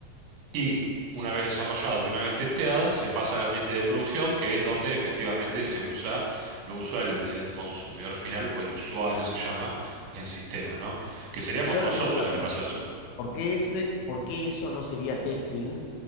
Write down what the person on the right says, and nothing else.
y una vez desarrollado y una vez testeado, se pasa al ambiente de producción, que es donde efectivamente se usa, lo usa el, el consumidor final o el usuario se llama en sistemas, ¿no? Que seríamos
nosotros
en
el caso
de Zoom.